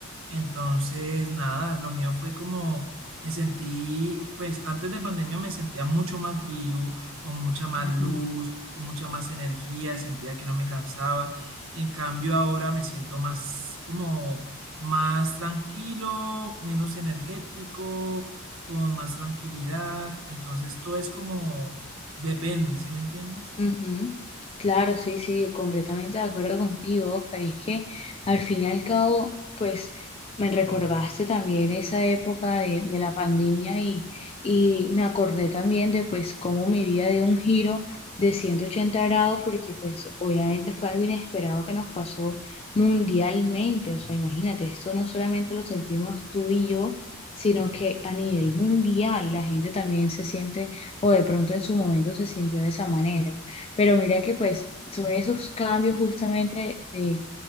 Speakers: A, on the right (about 70°); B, on the left (about 30°).
A: Entonces, nada, lo mío fue como me sentí, pues antes de pandemia me sentía mucho más vivo, con mucha más
B: Ujú.
A: luz, con mucha más energía, sentía que no me cansaba. En cambio, ahora me siento más como más tranquilo, menos energético, con más tranquilidad. Entonces, todo es como depende, ¿sí me entiendes?
B: Ujú. Claro, sí, sí, completamente de acuerdo contigo, Oscar. Y es que al fin y al cabo, pues me recordaste también esa época de, de la pandemia y, y me acordé también de pues cómo mi vida dio un giro de 180 grados, porque pues obviamente fue algo inesperado que nos pasó mundialmente. O sea, imagínate, esto no solamente lo sentimos tú y yo, sino que a nivel mundial la gente también se siente o de pronto en su momento se sintió de esa manera. Pero mira que pues son esos cambios justamente de